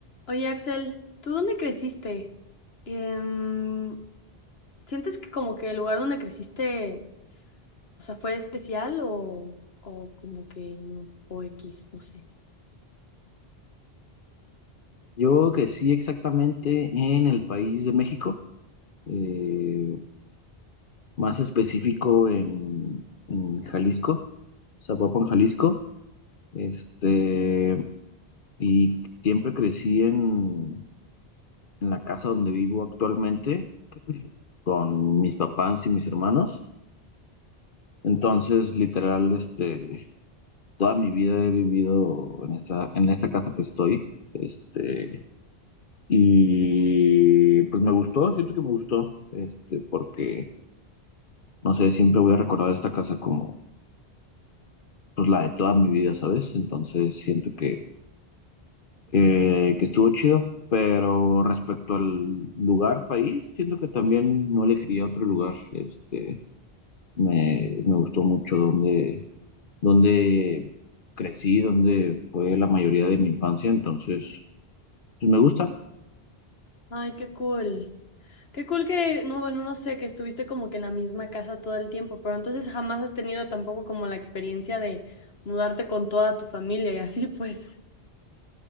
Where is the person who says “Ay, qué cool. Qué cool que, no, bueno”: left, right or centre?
Left